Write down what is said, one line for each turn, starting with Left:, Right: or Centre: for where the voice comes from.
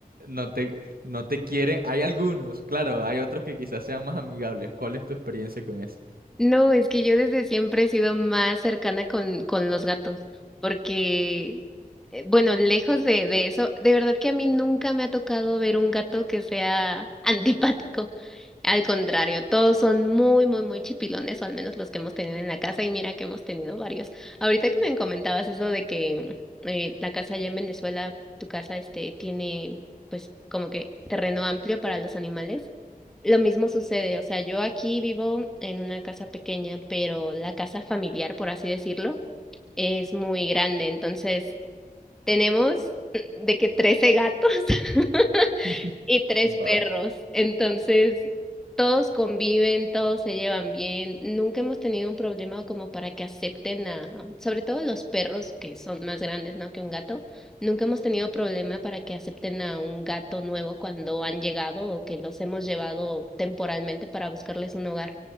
Right: no te, no te quieren. Hay algunos, claro, hay otros que quizás sean más amigables. ¿Cuál es tu experiencia con eso?
Centre: No, es que yo desde siempre he sido más cercana con, con los gatos, porque, eh, bueno, lejos de, de eso, de verdad que a mí nunca me ha tocado ver un gato que sea <laughs> antipático. Al contrario, todos son muy, muy, muy chipilones, o al menos los que hemos tenido en la casa, y mira que hemos tenido varios. Ahorita que me comentabas eso de que eh, la casa allá en Venezuela, tu casa, este, tiene, pues, como que terreno amplio para los animales. Lo mismo sucede, o sea, yo aquí vivo en una casa pequeña, pero la casa familiar, por así decirlo, es muy grande, entonces tenemos de que 13 gatos <laughs>
Right: <laughs>
Centre: y tres
Right: Wow.
Centre: perros. Entonces, todos conviven, todos se llevan bien. Nunca hemos tenido un problema como para que acepten a, sobre todo los perros que son más grandes, ¿no? que un gato. Nunca hemos tenido problema para que acepten a un gato nuevo cuando han llegado o que los hemos llevado temporalmente para buscarles un hogar.